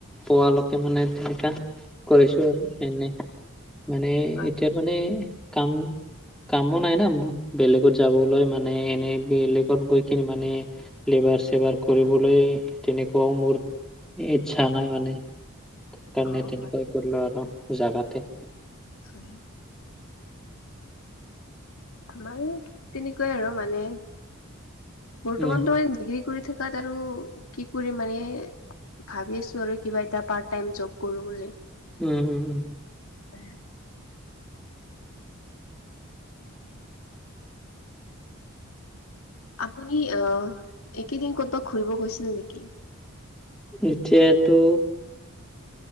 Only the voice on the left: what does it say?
হয়
অ
হয়
হয় আমাৰো তেনেকুৱাই আৰু মানে বৰ্তমানতো
মানে ডিগ্ৰী কৰি থাকে। তাত আৰু কি কৰি মানে ভাবি আছো আৰু কিবা এটা পাৰ্ত টাইম জব কৰো বুলি।
<unintelligible> আপুনি আহ একেইদিন ক'তবাত ঘুৰিব গৈছিল নেকি?